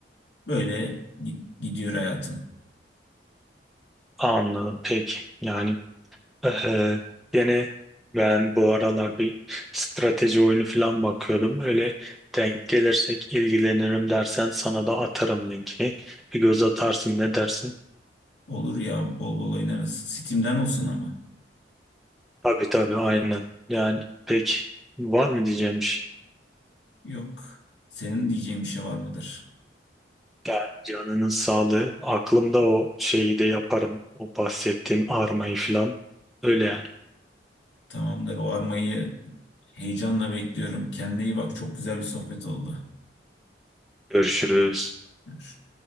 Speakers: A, on the left; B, in the centre.
A: Böyle gi- gidiyor hayatım.
B: Anladım. Peki. Yani Ee, gene ben bu aralar bir strateji oyunu falan bakıyordum. Öyle denk gelirsek ilgilenirim dersen sana da atarım linkini. Bir göz atarsın ne dersin?
A: Olur ya bol bol oynarız. Steam'den olsun ama.
B: Tabii tabii aynen. Yani pek var mı diyeceğim bir şey.
A: Yok. Senin diyeceğin bir şey var mıdır?
B: Yani canının sağlığı. Aklımda o şeyi de yaparım. O bahsettiğin armayı falan. Öyle yani.
A: Tamamdır. O armayı heyecanla bekliyorum. Kendine iyi bak. Çok güzel bir sohbet oldu.
B: Görüşürüz.
A: Görüşürüz.